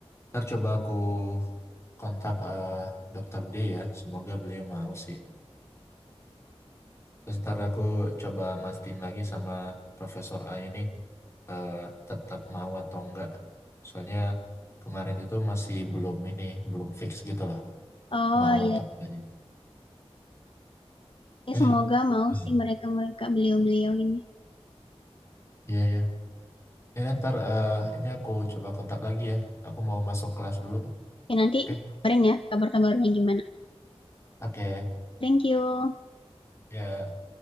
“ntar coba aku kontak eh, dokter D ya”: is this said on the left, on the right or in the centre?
Left